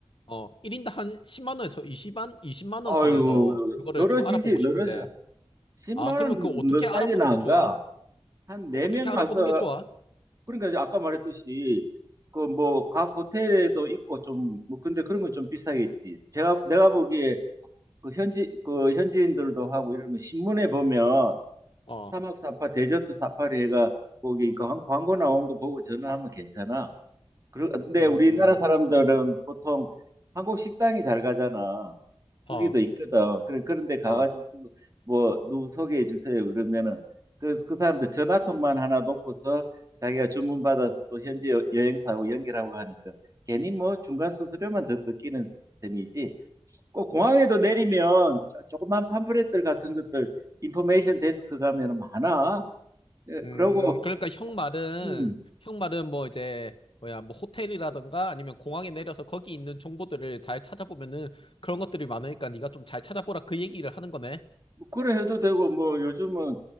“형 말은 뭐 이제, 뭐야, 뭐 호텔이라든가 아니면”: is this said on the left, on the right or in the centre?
Left